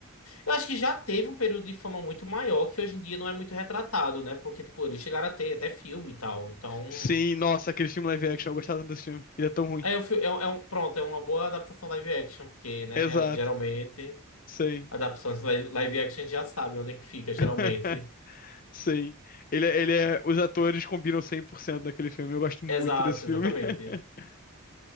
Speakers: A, on the left; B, on the left.
A: Eu acho que já teve um período de fama muito maior que hoje em dia não é muito retratado, né? Porque, tipo, eles chegaram a ter até filme e tal. Então.
B: Sim, nossa, aquele filme live action, eu gostava tanto desse filme. Ele é tão ruim.
A: É, um fi- é, um- é um, pronto, é uma boa adaptação live action, porque, né,
B: Exato,
A: geralmente,
B: Sim.
A: adaptações li- live action já sabem onde é que fica, geralmente.
B: <laughs> Sim. Ele, é- ele é. Os atores combinam 100% naquele filme. Eu gosto muito
A: Exato,
B: desse filme.
A: exatamente.
B: <laughs>